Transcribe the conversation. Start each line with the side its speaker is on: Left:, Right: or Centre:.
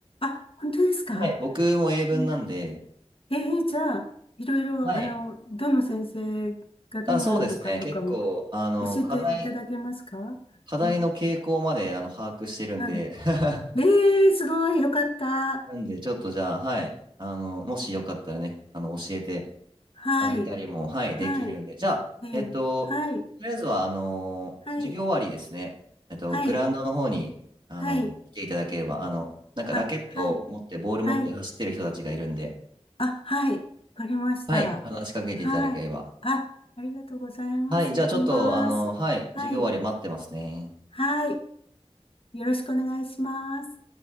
Left: あ、本当ですか。
Right: あ。はい、僕も英文なんで、
Left: うんえー、じゃあ、いろいろ、
Right: はい。
Left: あの、どの先生がどんなのかとかも
Right: あ、そうですね、結構、あの、
Left: 教えていただけますか
Right: 課題、課題の傾向まで、
Left: あ、
Right: あの、把握してるんで、
Left: はい。
Right: <laughs>
Left: えー、すごい、よかった。
Right: なんで、ちょっとじゃあ、はい、あの、もしよかったらね、あの、教えて
Left: はい、
Right: あげたりも、はい、
Left: はい、
Right: できるんで。じゃあ、
Left: えー、
Right: えっと、
Left: はい、
Right: とりあえずは、あのー、
Left: はい、
Right: 授業終わりですね。えっと、
Left: はい、
Right: グラウンドの方に、あの、
Left: はい、
Right: 来ていただければ、あの、なんかラケットを持って、
Left: あ、はい、
Right: ボール持って走ってる人たちがいるんで、
Left: はい。あ、はい。わかりました。
Right: はい、話しかけていただければ。
Left: はい。あ、ありがとうございます。
Right: はい、じゃあちょっと、
Left: 行きます。
Right: あの、はい、
Left: はい。
Right: 授業終わり待ってますね。
Left: はい。よろしくお願いします。